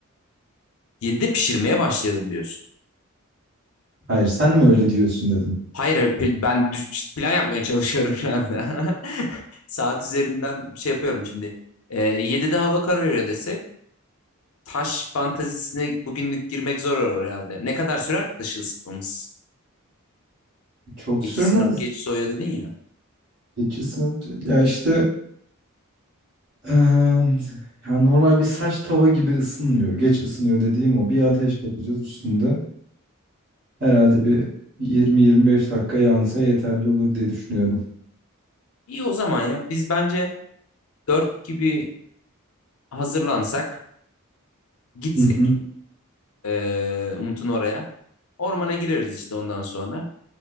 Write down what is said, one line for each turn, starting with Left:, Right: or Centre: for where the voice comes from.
Left: Yedide pişirmeye başlayalım diyorsun.
Right: Hayır sen mi öyle diyorsun dedim.
Left: Hayır hayır, pe- ben düz- işte plan yapmaya çalışıyorum şu anda. <laughs> Saat üzerinden şey yapıyorum şimdi. Ee, 7'de hava kararıyor desek taş fantazisine bugünlük girmek zor olur herhalde. Ne kadar sürer ki taşı ısıtmamız?
Right: Çok
Left: Geç
Right: sürmez.
Left: sınıp geç soya dedin ya.
Right: Geç ısınıp ya işte eee, ya normal bir saç tava gibi ısınmıyor. Geç ısınıyor dediğim o. Bir ateş yapacağız üstünde. Herhalde bir 20-25 dakika yansa yeterli olur diye düşünüyorum.
Left: İyi o zaman ya. Biz bence 4 gibi hazırlansak, gitsek
Right: Hı hı.
Left: ee, Umut'un oraya. Ormana gireriz işte ondan sonra.